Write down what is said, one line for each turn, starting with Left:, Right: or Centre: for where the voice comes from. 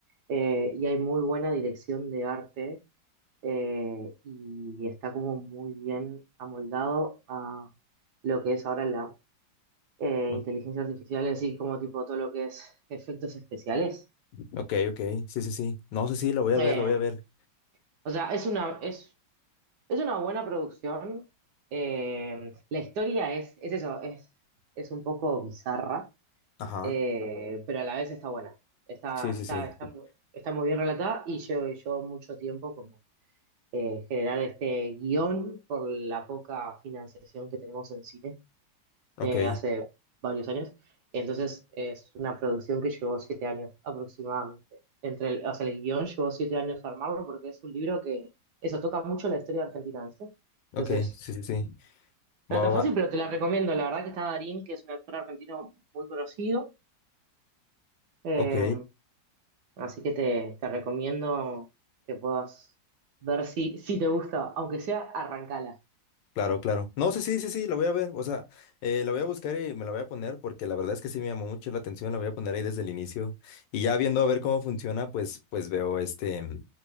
Right: eh, y hay muy buena dirección de arte, eh, y está como muy bien amoldado a lo que es ahora la eh,
Left: o-
Right: inteligencia artificial, así como tipo todo lo que es efectos especiales.
Left: Ok, ok, sí, sí, sí. No, sí, sí, la voy a
Right: Eh,
Left: ver, la voy a ver.
Right: O sea, es una, es, es una buena producción. Eh, la historia es, es eso, es, es un poco bizarra,
Left: Ajá,
Right: eh, pero a la vez está buena. Está,
Left: sí, sí,
Right: está,
Left: sí.
Right: está, mu- está muy bien relatada y llevo yo mucho tiempo como eh, generar este guión por la poca financiación que tenemos en cine
Left: Ok,
Right: eh, hace varios años. Entonces es una producción que llevó siete años aproximadamente. Entre el, o sea, el guión llevó siete años armarlo porque es un libro que eso toca mucho la historia argentina, ¿sí? Entonces,
Left: ok, sí, sí, sí.
Right: no
Left: Va,
Right: es
Left: va,
Right: tan fácil,
Left: va.
Right: pero te la recomiendo. La verdad que está Darín, que es un actor argentino muy conocido. Eh,
Left: Ok,
Right: así que te, te recomiendo que puedas ver si, si te gusta, aunque sea arrancala.
Left: Claro, claro. No, sí, sí, sí, sí, la voy a ver. O sea, eh, la voy a buscar y me la voy a poner porque la verdad es que sí me llamó mucho la atención. La voy a poner ahí desde el inicio. Y ya viendo a ver cómo funciona, pues, pues veo este, mm,